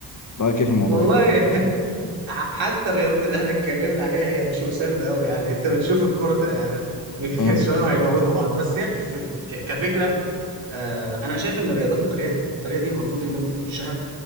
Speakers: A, on the left (about 40°); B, on the right (about 75°).
A: رايك ايه في الموضوع
B: والله
A: ده
B: <laughs> ح- حتى الرياضات اللي احنا اتكلمنا عليها هي مش مسالمه قوي يعني انت بتشوف الكوره ده <laughs>
A: امم
B: شويه هيموتوا بعض بس هي في- ك- كفكره آه، انا شايف ان الرياضات القتاليه القتاليه دي المفروض ان انت تخشها